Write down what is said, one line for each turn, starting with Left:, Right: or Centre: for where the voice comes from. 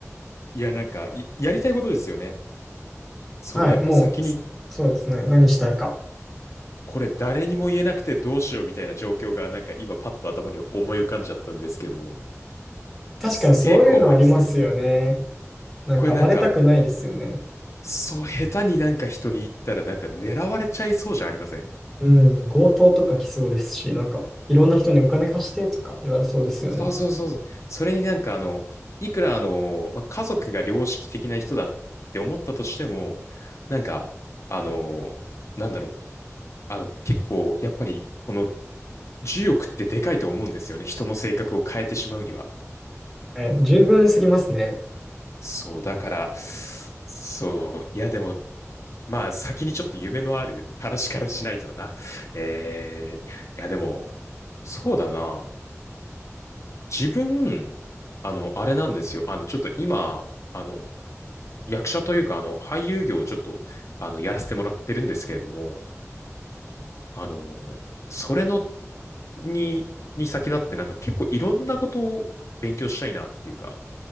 Left: う。いや、なんか、いやりたいことですよね。そう、
Centre: はい、
Left: なんか先に、
Centre: もう、そそうですね、何したいか。
Left: これ誰にも言えなくてどうしようみたいな状況が、なんか今パッと頭に思い浮かんじゃったんですけども、
Centre: 確かにそういうのありますよね。
Left: すげえ困りそう。
Centre: なんかバレたくないですよね。
Left: これなんか、そう、下手になんか人に言ったら、なんか狙われちゃいそうじゃありません
Centre: うん、強盗とか来そうですし、なんかいろんな人にお金貸してとか言われそうですよね。
Left: うんそうそうそうそう。それになんかあの、いくらあの、まあ家族が良識的な人だって思ったとしても、なんか、あの、なんだろう。あの、結構、やっぱり、この10億ってでかいと思うんですよね。人の性格を変えてしまうには。
Centre: はい、十分すぎますね。
Left: そう、だから、そう、いやでも、まあ先にちょっと夢のある話からしないとだな。えー、いやでも、そうだな。自分、あの、あれなんですよ。あの、ちょっと今、あの、役者というか、あの、俳優業をちょっと、あの、やらせてもらってるんですけれども、あの、それの、に、に先立ってなんか結構いろんなことを勉強したいなっていうか、